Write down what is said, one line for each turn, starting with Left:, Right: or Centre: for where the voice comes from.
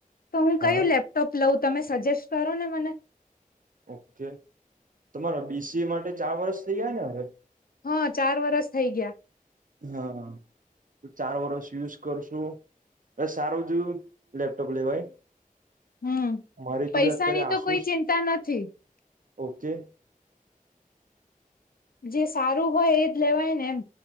Left: તો હું કયું
Right: હા
Left: લેપટોપ લઉં તમે સજેસ્ટ કરો ને મને.
Right: ઓકે, તમારા બીસીએ માટે ચાર વર્ષ થઇ ગયા ને હવે?
Left: હા ચાર વરસ થઈ ગયા.
Right: હા હા ચાર વર્ષ યુઝ કરશું એ સારું જ લેપટોપ લેવાય.
Left: હમ
Right: મારી જોડે
Left: પૈસાની
Right: અત્યારે આસુસ
Left: તો કોઈ ચિંતા નથી
Right: ઓકે
Left: જે સારું હોય એજ લેવાય ને એમ